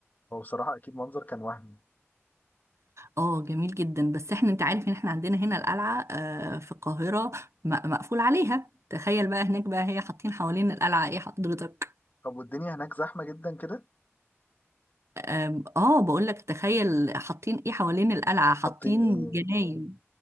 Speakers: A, on the left; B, on the right.
A: هو بصراحة اكيد منظر كان وهمي
B: اه جميل جدا بس احنا انت عارف ان احنا عندنا هنا القلعة آه، في القاهرة م- مقفول عليها تخيل بقى هناك بقى هي حاطين حوالين القلعة ايه حضرتك
A: طب والدنيا هناك زحمة جدا كده
B: آم، اه بقول لك تخيل حاطين ايه حوالين القلعة حاطين
A: حاطين ايه
B: جناين